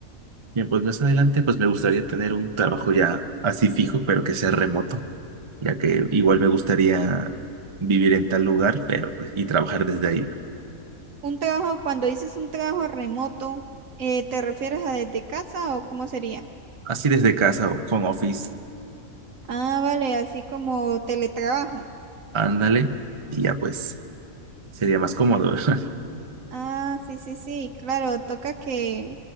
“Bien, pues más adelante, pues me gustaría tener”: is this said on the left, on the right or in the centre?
Right